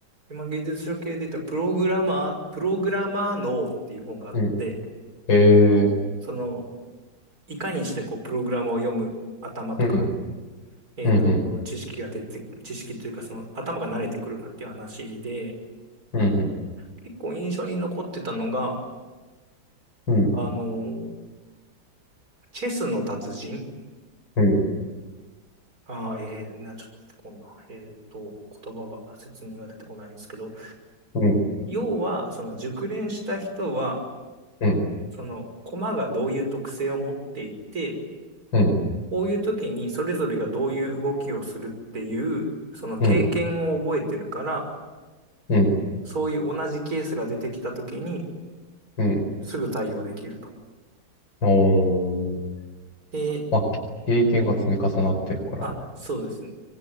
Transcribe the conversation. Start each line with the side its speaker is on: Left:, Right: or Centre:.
Right: 今技術書系で言ったらプログラマー、プログラマー脳っていう本があって、
Left: うん。へえ、
Right: あの、その、いかにしてこう、プログラムを読む頭とか、
Left: うん、
Right: えっと、
Left: うん、うん、
Right: 知識が出て、知識というかその頭が慣れてくるかっていう話で、
Left: うん、
Right: 結構印象に残ってたのが、
Left: うん、
Right: あのチェスの達人
Left: うん、
Right: あー、えー、な、ちょっと出てこんな。えっと、言葉が、説明が出てこないんですけど、
Left: うん、
Right: 要は、その熟練した人は、
Left: うん、
Right: その駒がどういう特性を持っていて、
Left: うん、うん、
Right: こういう時にそれぞれがどういう動きをするっていう、その経験を覚えてるから、
Left: うん、うん、
Right: そういう同じケースが出てきた時に、
Left: うん
Right: すぐ対応できると。
Left: おー、
Right: で、
Left: まあ、経験が積み重なってるから、
Right: あ、そうですね。